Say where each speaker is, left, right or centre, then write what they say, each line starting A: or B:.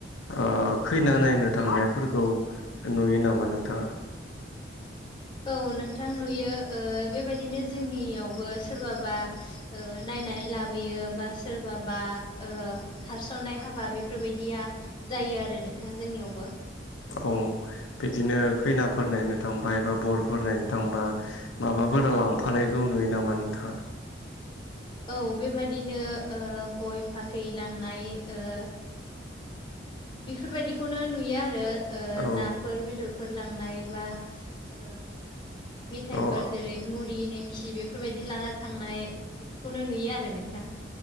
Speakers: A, on the left; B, on the left.
A: ओ खैना नायनो थांनायफोरखौ नुयो नामा नोंथाङा?
B: औ नोंथां नुयो ओ बेबायदिनो जोंनियावबो सोरबाबा ओ नायनानै लाबोयो बा सोरबाबा खारसननाय हाबा बेफोरबायदिया जायो आरो नोंथां जोंनियावबो
A: औ बिदिनो खैनाफोर नायनो थांबाय एबा बरफोर नायनो थांबा माबाफोरा लांफानायखौ नुयो नामा नोंथाङा
B: औ बेबादिनो ओ गय फाथै लांनाय ओ बेफोरबायदिखौनो नुयो आरो ओ
A: औ
B: नाफोर बेदर फोर लांनाय बा ओ मेथफोर
A: औ
B: जेरै- मुरि नेमखि बे बेफोरबायदि लाना थांनाय बेफोरखौनो नुयो आरो नोंथां